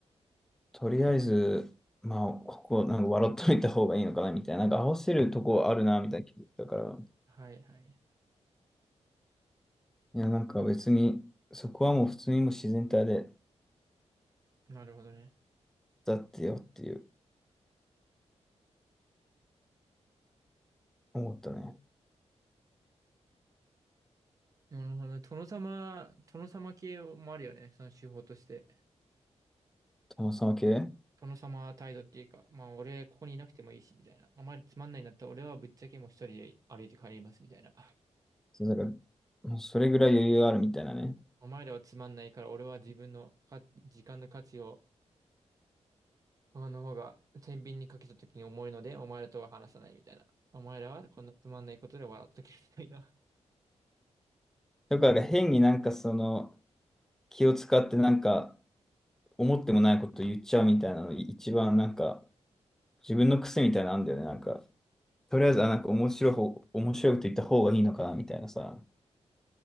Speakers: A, in the centre; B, on the right.
A: とりあえず、まあ、ここなんか笑っといた方がいいのかなみたいな、なんか合わせるとこあるなみたいな気づいたから、
B: はいはい。
A: いや、なんか別に、そこはもう普通にもう自然体で
B: なるほどね。
A: だってよっていう思ったね。
B: なるほどね。殿様、殿様系もあるよね。その手法として。
A: 友さんは系
B: 殿様態度っていうか、まあ俺ここにいなくてもいいし、みたいな。お前らつまんないんだったら俺はぶっちゃけもう一人で歩いて帰ります、みたいな。
A: そうだからそれぐらい余裕あるみたいなね。
B: お前らはつまんないから、俺は自分のか時間の価値を、あの方が天秤にかけた時に重いので、お前らとは話さないみたいな。お前らはこんなつまんないことで笑っとけみたいな。
A: だからなんか変になんかその気を使ってなんか思ってもないこと言っちゃうみたいなの一番なんか自分の癖みたいなのあんだよね。なんか、とりあえずあなんか面白い方、面白いこと言った方がいいのかなみたいなさ。